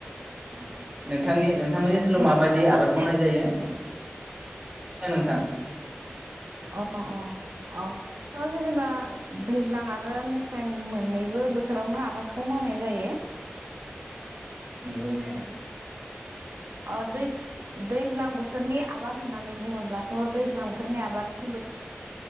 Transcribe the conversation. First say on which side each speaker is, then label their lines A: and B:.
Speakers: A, on the right (about 15°); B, on the right (about 70°).
A: नोंथांनि नोंथां नोंथांमोननि ओसोलाव
B: नोंथाङा
A: माबायदि
B: खोनादोंना
A: आबाद
B: खोनाया?
A: मावनाय जायो? नोंथां
B: अ अ अ। जेनेबा दैज्लां आरो मेसें मोननैबो बोथोरावनो आबादखौ मावनाय जायो।
A: नंगौ नोंथां।
B: अ दै -दैज्लां बोथोरनि आबाद होननानै बुङोब्लाथ' दैज्लां बोथोरनि आबाद